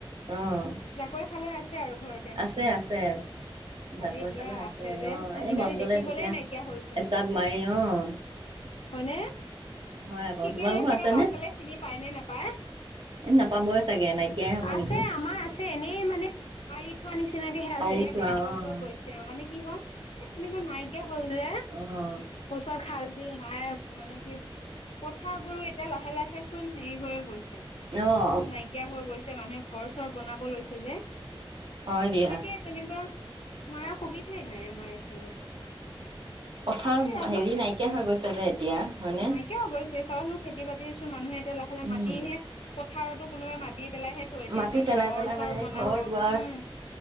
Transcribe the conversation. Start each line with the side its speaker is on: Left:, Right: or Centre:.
Right: অ'
Left: জাকৈ ভালে আছে আৰু ঘৰতে
Right: আছে আছে
Left: ভালে
Right: জাকৈ
Left: দিয়া
Right: খালৈ
Left: আছে যে
Right: অ'
Left: আজিকালি
Right: এই মন গ'লে
Left: দেখিবলে
Right: তেতিয়া
Left: নাইকিয়া হলচোন
Right: এচাপ মাৰি অ'
Left: হয়নে
Right: হয় আকৌ
Left: ঠিকে
Right: তোমালোকৰ
Left: নাই চাগে
Right: আছেনে
Left: ল'ৰা ছোৱালীয়ে চিনি পায় নে নাপায়
Right: এই নাপাবই চাগে নাইকিয়াই হ'ব
Left: আছে
Right: নেকি
Left: আমাৰ আছে এনেই মানে পাৰি থোৱা নিচ সেনেকে
Right: পাৰি
Left: আছে
Right: থোৱা
Left: বেয়া হৈ
Right: অ'
Left: হৈ গৈ তেওঁ মানে কি হয় এতিয়া তেনেকুৱা নাইকিয়া হল যে
Right: অ'
Left: ওচৰ খাল বিল নাই মানে কি পথাৰবো বোৰো এতিয়া লাহে লাহে হে চোন হেৰি হৈয়ে গৈছে
Right: অ'
Left: নাইকিয়া হৈ গৈছে মানুহে ঘৰ ঘৰ বনাব লৈছে যে
Right: হয় দিয়া
Left: তাকে তেনেকোৱা মাৰা সুবিধাই নাই আমাৰ এইখিনিত।
Right: কথাৰ
Left: এই ৰাজহ
Right: হেৰি নাইকিয়া হৈ গৈছে যে এতিয়া। হয়নে
Left: নাইকিয়া হ গৈ চে চাবাচোন খেতি বাতি চোন মানুহে লাহে লাহ
Right: উম,
Left: মাতিহে পথাৰতো কোনোবাই মাত পেলাইহে থৈ দিয়ে
Right: মাটি
Left: যেন
Right: পেলাই
Left: ঘৰ
Right: পেলাই
Left: চৰ
Right: মানে
Left: বনাব।
Right: ঘৰ দুৱাৰ
Left: উম।